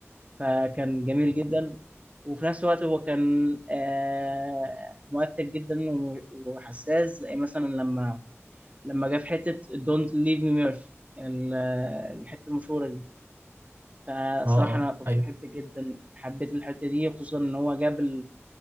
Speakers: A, on the right; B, on the right.
A: فكان جميل جدا وفي نفس الوقت هو كان آه، مؤثر جدا و- وحساس زي مثلا لما لما جه في حتة Don't Leave Me Murphy ال- الحتة المشهورة دي فالصراحة
B: اه اه
A: أنا كنت
B: أيوه
A: بحب جدا حبيت الحتة دي خصوصا إن هو جاب